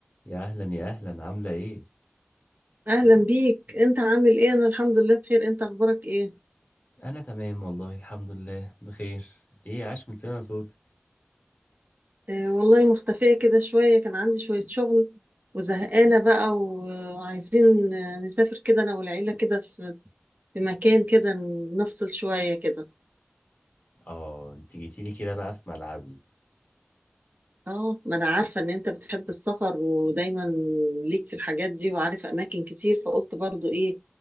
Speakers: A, on the left; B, on the right.
A: يا اهلا يا اهلا عامله ايه
B: اهلا بيك انت عامل ايه انا الحمد لله بخير انت اخبارك ايه
A: انا تمام والله الحمد لله بخير ايه عاش من سمع صوتك
B: آه والله مختفية كده شوية كان عندي شوية شغل وزهقانة بقى و- وعايزين آه، نسافر كده انا والعيلة كده في في مكان كده نفصل شوية كده
A: اه انت جيتيلي كده بقى في ملعبي
B: اه ما انا عارفة ان انت بتحب السفر ودايما ليك في الحاجات دي وعارف اماكن كتير فقلت برضو ايه